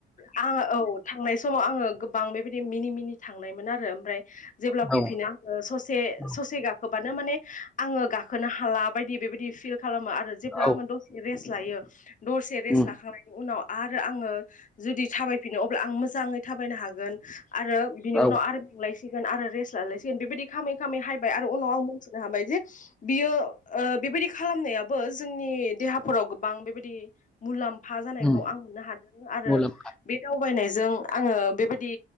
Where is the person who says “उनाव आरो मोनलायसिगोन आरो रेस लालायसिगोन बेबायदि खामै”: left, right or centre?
Left